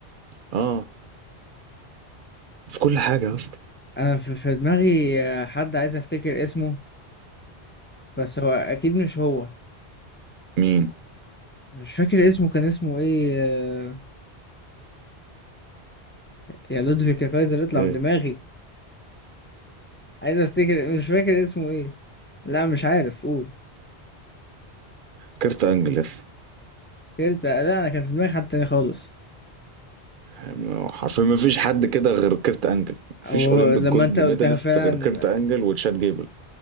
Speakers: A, on the right (about 60°); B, on the left (about 20°).
A: اه في كل حاجه يا اسطى
B: انا في في دماغي آه، حد عايز افتكر اسمه بس هو اكيد مش هو
A: مين
B: مش فاكر اسمه كان اسمه ايه آه، يا لودفيك يا كايزر اطلع
A: ايه
B: من دماغي عايز افتكر مش فاكر اسمه ايه لا مش عارف قول
A: كيرت انجل يا اسطى
B: كيرتا لا انا كان في دماغي حد تاني خالص
A: يعني حرفيا ما فيش حد كده غير كيرت انجل مفيش
B: هو
A: اولمبيك
B: لما
A: جولد
B: انت قلتها
A: ميداليست
B: فعلا
A: غير كيرت انجل وتشات جيبل